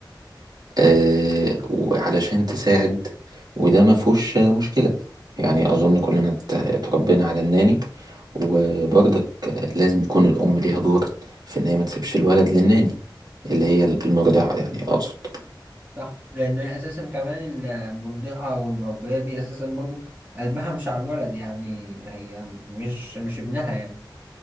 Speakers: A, on the right (about 55°); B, on the right (about 20°).
A: آه، وعلشان تساعد وده ما فيهوش آه، مشكلة يعني أظن كلنا ات- اتربينا على الناني وبرضك آه، لازم يكون الأم ليها دور في إن هي ما تسيبش الولد للناني اللي هي المرضعة يعني أقصد
B: صح لان اساسا كمان المرضعه والمربيه دي اساسا برضو قلبها مش على الولد يعني هي مش مش ابنها يعني